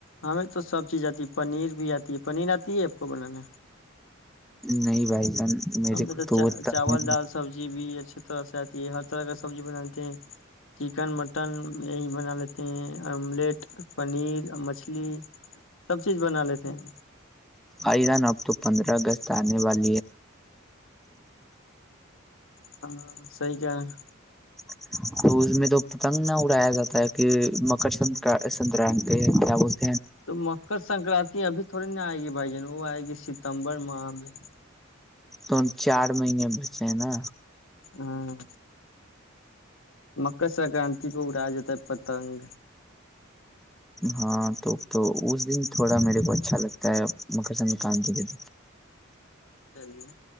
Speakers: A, on the left; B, in the centre.
A: ہمیں تو سب چیز آتی ہے پنیر بھی آتی ہے پنیر آتی ہے آپ کو بنانا
B: نہیں بھائی جان میرے
A: ہم
B: کو
A: تو
B: اتنا
A: چاول دال سبزی بھی اچھیے طرح سے ہے ہر طرح کا سبزی بنا لیتے ہیں چکن مٹن یہی بنا لیتے ہیں آملیٹ پنیر مچھلی سب چیز بنا لیتے ہم
B: آئدان اب تو پندرہ اگست وال
A: ہاں صحیح کہہ رہے ہیں
B: <inaudible> تو اس میں تو پتنگ نہ اڑایا جاتا تہ کہ مکر سنر ستران کیا بولتے <unintelligible>
A: تو مکر سنکرانتی ابھی تھوڑی نا آئے گی بھائی جان وہو آ ہے گی س ستمبر ماہ میں
B: ون چار مہینے بعد چائنہ
A: ہاں مکر سنکرانتی کو اڑا جاتا ہے پتنگ
B: ہاں تو تو اس دن تھوڑا میرے کو اچھا لگتا ہے مکر سنکرانتی کے دن
A: چلیے